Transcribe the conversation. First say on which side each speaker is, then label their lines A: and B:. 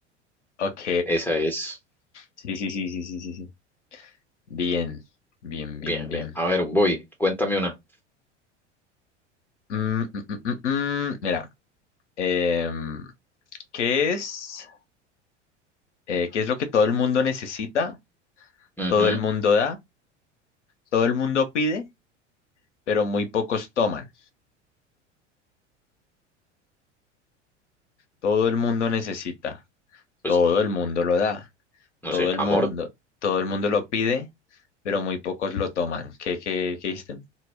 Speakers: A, on the left; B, in the centre.
A: Ok.
B: Esa es.
A: Sí, sí, sí, sí, sí, sí. sí. Bien. Bien,
B: Bien,
A: bien, bien.
B: bien. A ver, voy. Cuéntame una.
A: Mm, mm, mm, mm, mm. mm. Mira. em, ¿qué es? eh, ¿qué es lo que todo el mundo necesita?
B: Ujú.
A: Todo el mundo da. Todo el mundo pide pero muy pocos toman. Todo el mundo necesita,
B: Pues,
A: todo el mundo lo da,
B: no
A: todo
B: sé,
A: el
B: amor,
A: mundo, todo el mundo lo pide, pero muy pocos lo toman. ¿Qué, qué, qué hiciste?